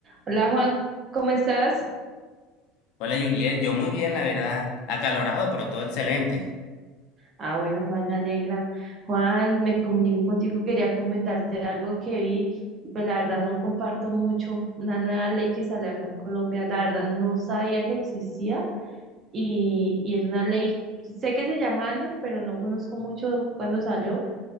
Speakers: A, on the right (about 25°); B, on the left (about 55°).
A: Hola Juan, ¿cómo estás?
B: Hola Juliet, yo muy bien, la verdad, acalorado, pero todo excelente.
A: Ah, bueno, Juan, me alegra. Juan, me comuniqué contigo, quería comentarte algo que vi, y pues la verdad no comparto mucho una nueva ley que sale acá en Colombia, la verdad no sabía que existía y, y es una ley, sé que se llama Ángel, pero no conozco mucho cuándo salió.